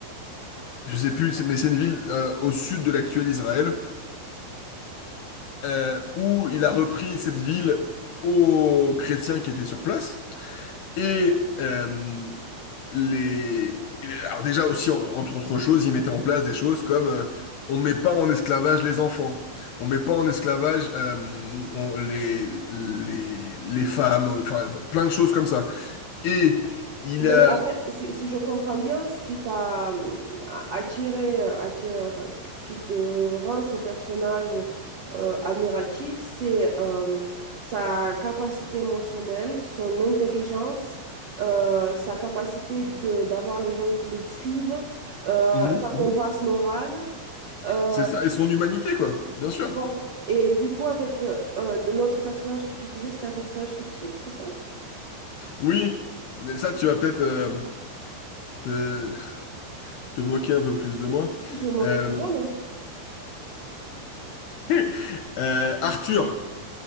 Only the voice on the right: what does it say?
Donc,
Ouais. en fait, si, si je comprends bien, ce qui t'a hum, a- attiré, euh, attiré, enfin, ce ce qui te rend ce personnage euh, admiratif, c'est euh, sa capacité émotionnelle, son intelligence, euh, sa capacité de- d'avoir les gens qui le suivent, euh,
sa
compasse morale. euh,
voilà. Et du coup, en fait, euh, de l'autre personnage que tu disais, c'était un personnage fictif, c'est ça?
Je me moquerai
jamais.